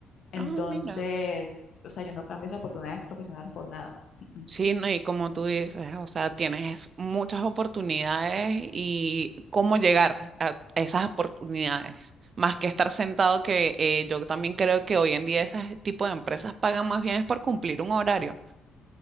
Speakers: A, on the left (about 55°); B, on the right (about 40°).
A: Entonces,
B: No, mira. mira.
A: o sea, yo no cambio esas oportunidades profesionales por nada. <laughs>
B: Sí, no, y como tú dices, o sea, tienes muchas oportunidades y cómo llegar a esas oportunidades, más que estar sentado, que eh, yo también creo que hoy en día ese tipo de empresas pagan más bien es por cumplir un horario.